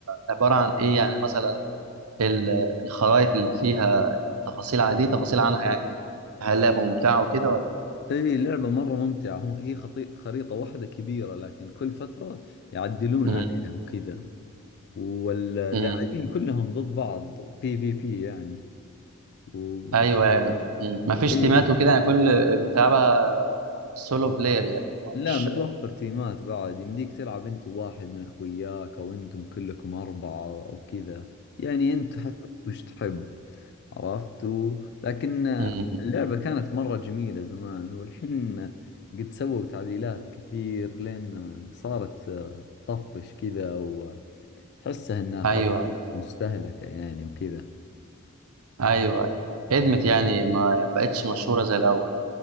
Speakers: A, on the right (about 80°); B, on the left (about 50°).
A: عباره عن ايه يعني مثلا ال- الخرائط اللي فيها تفاصيل عن دي تفاصيل عنها يعني هل اللعبه ممتعه وكده ولا
B: اي لعبة مرة ممتعة هم هي خطي... خريطة واحدة كبيرة لكن كل فترة يعدلون
A: امم
B: عليها وكذا واللاعبين
A: امم
B: كلهم ضد بعض بي في بي يعني و...
A: ايوه ايوه أمم. مفيش
B: اي
A: تيمات وكده يعني كل بتلعبها سولو بلاير يعني
B: لا
A: مش
B: متوفر تيمات بعد يمديك تلعب انت وواحد من اخوياك او انتم كلكم اربعة او كذا يعني انت حسب وش تحب عرفت و... لكن
A: امم
B: اللعبة كانت مرة جميلة زمان والحين قد سووا تعديلات كثير لين صارت طفش كذا وتحسها انها خلاص
A: ايوه
B: مستهلكة يعني وكذا
A: ايوه ادمت يعني ما بقتش مشهوره زي الاول